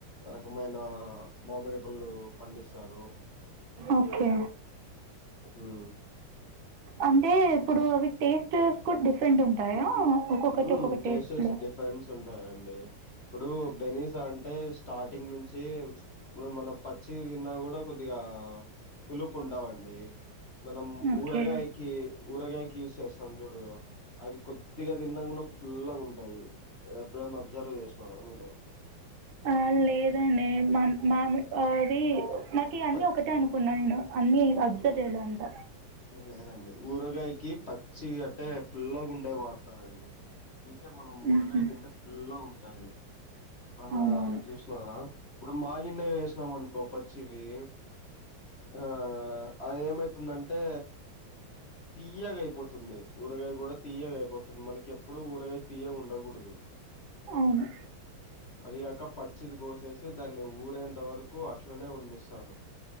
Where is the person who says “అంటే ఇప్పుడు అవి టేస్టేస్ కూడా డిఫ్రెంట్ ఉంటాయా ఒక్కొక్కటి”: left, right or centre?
Right